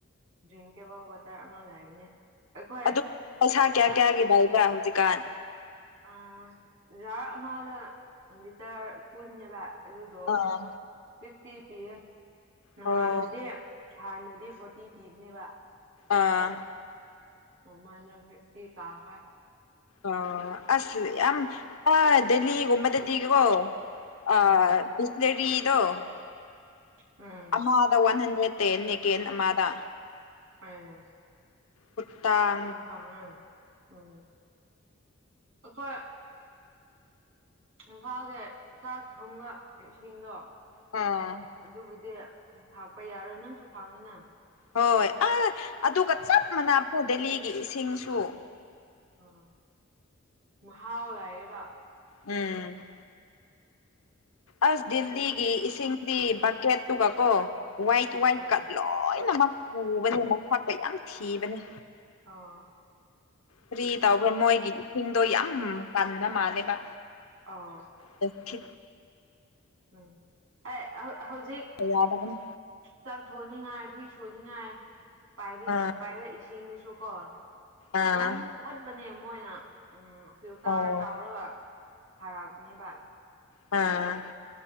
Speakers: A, on the right; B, on the left.
A: ꯗ꯭ꯔꯤꯡꯀꯦꯕꯜ ꯋꯥꯇꯔ ꯑꯃ ꯂꯩꯕꯅꯦ ꯑꯩꯈꯣꯏ
B: ꯑꯗꯨ ꯄꯩꯁꯥ ꯀꯌꯥ
A: ꯆꯥꯛ
B: ꯀꯌꯥꯒꯤ ꯂꯩꯕ꯭ꯔ ꯍꯧꯖꯤꯛꯀꯥꯟ
A: ꯑꯥ ꯖꯥꯔ ꯑꯃꯗ ꯂꯤꯇꯔ ꯀꯨꯟꯅꯦꯕ ꯑꯗꯨꯗꯣ
B: ꯑꯥ
A: ꯐꯤꯐꯇꯤ ꯄꯤꯌꯦ ꯅꯍꯥꯟꯗꯨꯗꯤ
B: ꯑꯣ
A: ꯍꯥꯟꯅꯗꯤ ꯐꯣꯔꯇꯤ ꯄꯤꯕꯅꯦꯕ
B: ꯑꯥ
A: ꯃꯃꯥꯅ ꯐꯤꯐꯇꯤ ꯀꯥꯈ꯭ꯔꯦ
B: ꯑ ꯑꯁ ꯌꯥꯝ ꯗꯦꯜꯍꯤꯒꯨꯝꯕꯗꯗꯤꯀꯣ ꯑ
A: ꯎꯝ
B: ꯕꯤꯁꯂꯔꯤꯗꯣ
A: ꯎꯝ
B: ꯑꯃꯥꯗ ꯋꯥꯟ ꯍꯟꯗ꯭ꯔꯦꯠ ꯇꯦꯟ ꯅꯦꯀꯦꯟ ꯑꯃꯥꯗ
A: ꯑ
B: ꯀꯨꯇꯥꯥ
A: ꯌꯥꯝ ꯇꯥꯡꯉꯦ ꯎꯝ ꯑꯩꯈꯣꯏ ꯏꯝꯐꯥꯜꯒꯤ ꯆꯥꯛ ꯊꯣꯡꯕ ꯏꯁꯤꯡꯗꯣ
B: ꯎꯝ
A: ꯑꯗꯨꯕꯨꯗꯤ ꯊꯥꯛꯄ ꯌꯥꯔꯣꯏ ꯅꯪꯁꯨ ꯈꯥꯡꯉꯤꯅ
B: ꯍꯣꯏ ꯑ ꯑꯗꯨꯒ ꯆꯞ ꯃꯥꯟꯅꯥ ꯐ ꯗꯦꯜꯂꯤꯒꯤ ꯏꯁꯤꯡꯁꯨ
A: ꯑ ꯃꯍꯥꯎ ꯂꯌꯦꯕ
B: ꯎꯝ ꯑꯁ ꯗꯤꯜꯂꯤꯒꯤ ꯏꯁꯤꯡꯗꯤ ꯕꯀꯦꯠꯇꯨꯒ ꯀꯣ ꯋꯥꯏꯠ ꯋꯥꯏꯠ
A: ꯎꯝ
B: ꯀꯠ ꯂꯣꯏꯅꯃꯛ ꯄꯨꯕꯅꯦ ꯃꯁꯥꯛꯀ ꯌꯥꯝ ꯊꯤꯕꯅꯦ
A: ꯑꯣ
B: ꯐ꯭ꯔꯤ ꯇꯧꯕ꯭ꯔꯥ ꯃꯣꯏꯒꯤ ꯏꯁꯤꯡꯗꯣ ꯌꯥꯝ ꯄꯅ ꯃꯥꯜꯂꯦꯕ
A: ꯑ
B: ꯗꯈꯤ
A: ꯎꯝ ꯑꯩ ꯍꯧ ꯍꯧꯖꯤꯛ
B: ꯌꯥꯗꯕꯅꯤ
A: ꯆꯥꯛ ꯊꯣꯡꯅꯤꯡꯉꯥꯏ ꯐꯤ ꯁꯨꯅꯤꯡꯉꯥꯏ ꯄꯥꯏꯕ
B: ꯑꯥ
A: ꯄꯥꯏꯕ ꯁꯤꯡꯗꯨꯁꯨ ꯀꯣ
B: ꯑꯥ
A: ꯌꯥꯝ ꯑꯣꯠꯄꯅꯦ ꯃꯣꯏꯅ ꯎꯝ ꯁꯨꯝ ꯇꯥꯎꯔ
B: ꯑꯣ
A: ꯇꯥꯎꯔꯒ ꯊꯥꯔꯛꯄꯅꯤꯕ
B: ꯑꯝ